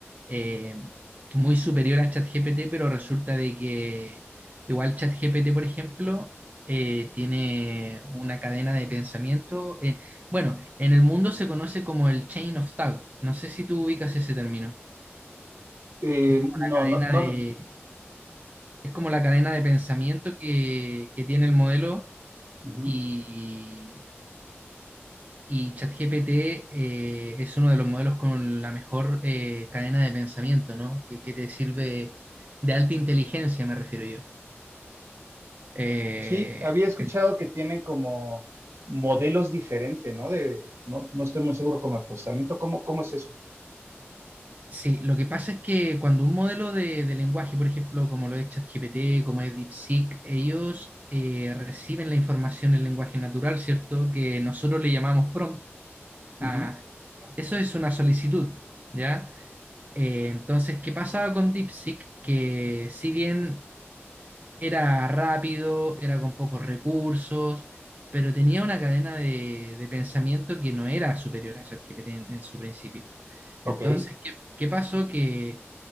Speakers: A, on the right (about 35°); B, on the right (about 70°).
A: eh, muy superior a ChatGPT, pero resulta de que igual ChatGPT, por ejemplo, eh, tiene una cadena de pensamiento. en- bueno, en el mundo se conoce como el chain of thought. No sé si tú ubicas ese término,
B: eh,
A: que es como
B: no,
A: la cadena
B: no, no.
A: de es como la cadena de pensamiento que, que tiene el modelo
B: ujú.
A: y, y ChatGPT eh, es uno de los modelos con la mejor eh, cadena de pensamiento, ¿no? Que, que te sirve de alta inteligencia, me refiero yo. Eh,
B: Sí, había escuchado
A: el-
B: que tienen como modelos diferentes, ¿no? De, no, no estoy muy seguro como el procesamiento, ¿cómo, cómo es eso?
A: sí, lo que pasa es que cuando un modelo de, de lenguaje, por ejemplo, como lo es ChatGPT, como es DeepSeek, ellos eh, reciben la información en lenguaje natural, ¿cierto? Que nosotros le llamamos prompt. a-
B: Ujú.
A: eso es una solicitud. ¿Ya? Eh, entonces, ¿qué pasaba con DeepSeek? Que si bien era rápido, era con pocos recursos, pero tenía una cadena de, de pensamiento que no era superior a ChatGPT en, en su principio. Entonces,
B: Ok.
A: ¿qué, qué pasó? Que